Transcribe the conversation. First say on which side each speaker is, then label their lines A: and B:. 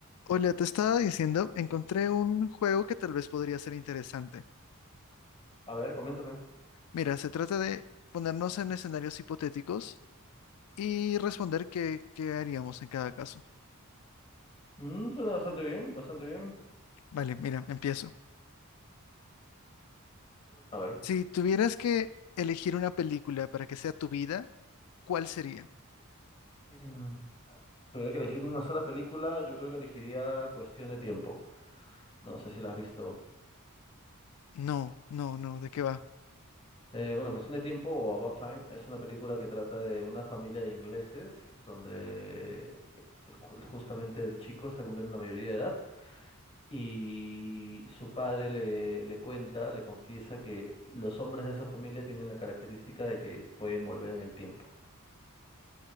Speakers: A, on the left; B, on the left.
A: Hola, te estaba diciendo, encontré un juego que tal vez podría ser interesante.
B: A ver, coméntame.
A: Mira, se trata de ponernos en escenarios hipotéticos y responder qué, qué haríamos en cada caso.
B: Mm, suena bastante bien, bastante bien.
A: Vale, mira, empiezo.
B: A ver.
A: Si tuvieras que elegir una película para que sea tu vida, ¿cuál sería?
B: Mm, tuviera que elegir una sola película, yo creo que elegiría Cuestión de Tiempo. No sé si la has visto.
A: No, no, no, ¿de qué va?
B: Eh, bueno, Cuestión de Tiempo o About Time es una película que trata de una familia de ingleses donde ju- justamente el chico está cumpliendo la mayoría de edad y su padre le, le cuenta, le confiesa que los hombres de esa familia tienen la característica de que pueden volver en el tiempo.